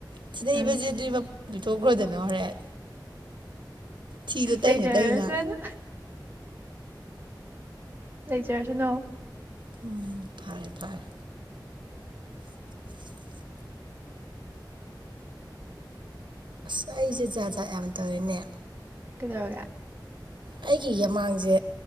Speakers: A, on the right (about 80°); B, on the right (about 25°).
A: ꯊꯤꯗꯩꯕꯁꯦ
B: ꯎꯝ
A: ꯑꯗꯨꯗꯤ ꯃꯄꯨ ꯄꯤꯊꯣꯛꯈ꯭ꯔꯣꯗꯅ ꯍꯣꯔꯦꯟ ꯊꯤꯗꯣ ꯇꯩꯅ
B: ꯂꯩꯖꯔꯁꯅꯨ
A: ꯇꯩꯅ
B: ꯂꯩꯖꯔꯁꯅꯣ
A: ꯎꯝ ꯐꯔꯦ ꯐꯔꯦ <unintelligible> ꯑꯁ ꯑꯩꯁꯦ ꯖꯥꯠ ꯖꯥꯠ ꯌꯥꯝ ꯇꯧꯋ‌ꯦꯅꯦ
B: ꯀꯩꯗꯧꯔꯒ‌ꯦ
A: ꯑꯩꯒꯤ ꯌꯦꯃꯥꯡꯁꯦ